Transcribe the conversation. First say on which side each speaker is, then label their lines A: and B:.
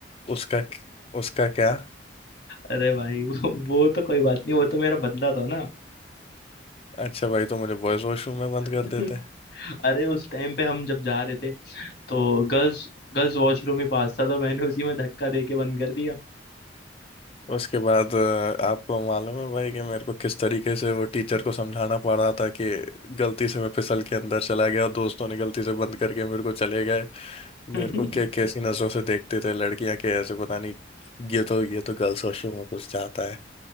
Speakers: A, on the left; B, on the left.
A: उसका उसका क्या
B: अरे भाई वो वो तो कोई बात नहीं वो तो मेरा बदला था ना
A: अच्छा भाई तो मुझे बॉयज वॉशरूम में बंद
B: <laughs>
A: कर देते
B: अरे उस टाइम पे हम जब जा रहे थे तो गर्ल्स गर्ल्स वॉशरूम ही पास था तो मैंने उसी में धक्का दे के बंद कर दिया
A: उसके बाद अ, आपको मालूम है भाई कि मेरे को किस तरीके से वो टीचर को समझाना पड़ रहा था कि गलती से मैं फिसल के अंदर चला गया और दोस्तों ने गलती से बंद करके मेरे को चले गए
B: <laughs>
A: मेरे को के कैसी नजरों से देखते थे लड़कियां के ऐसे पता नहीं ये तो ये तो गर्ल्स वॉशरूम में घुस जाता है